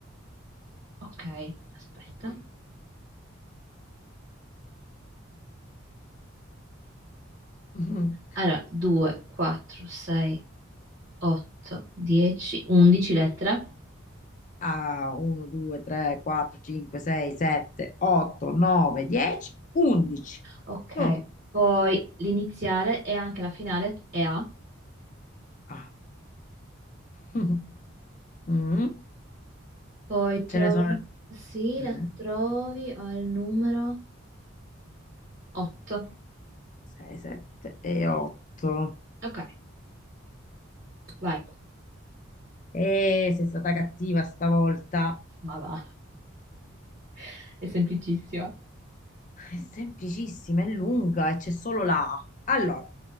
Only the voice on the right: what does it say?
Ok, aspetta.
Allora, 2, 4, 6, 8, 10, 11 lettere.
Ok,
poi l'iniziale e anche la finale è A.
Poi trovo,
sì,
la trovi al numero 8.
Ok, vai.
Ma va, <laughs> è semplicissima.